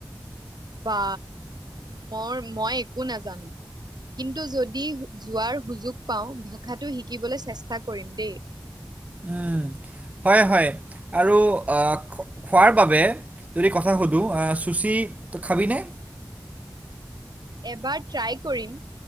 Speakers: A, on the right; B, on the right.
A: বা মৰ মই একো নেজানো কিন্তু যদি যোৱাৰ সুযোগ পাওঁ ভাষাটো শিকিবলৈ চেষ্টা কৰিম দেই।
B: উম, হয় হয় আৰু অ খোৱাৰ বাবে যদি কথা সোধু চুচি খাবি নে
A: এবাৰ ট্ৰাই কৰিম